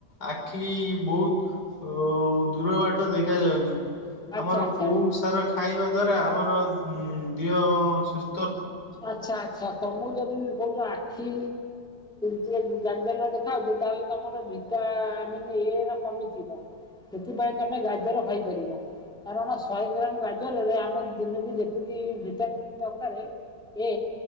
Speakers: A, on the left; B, in the centre.
A: ଆଖି ବହୁତ ଅ ଦୂର ବାଟ ଦେଖାାଯାଉନି।
B: ଆଚ୍ଛା
A: ଆମର
B: ଆଚ୍ଛା
A: କୋଉ ସାର ଖାଇବା ଯୋଦ୍ୱାରା ଆମର ଦିହ ସଷ୍
B: ଆଛା ଅଛା। ତମକୁ ଯଦି କହୁଛ ଆଖି, ଜାଲ୍ ଜାଲିଆ ଦେଖାଉଛି, ତାହେଲେ ତମର ଭିଟାମିନ୍ ଏ ର କମି ଥିବ, ସେଥିପାଇଁ ତମେ ଗାଜର ଖାଇପାରିବ, କାରଣ ଶହେ ଗ୍ରାମ ଗାଜରରେ ଆମ ଦିନକୁ ଯେତିକି ଭିଟାମିିନ ଦରକାରେ ଏ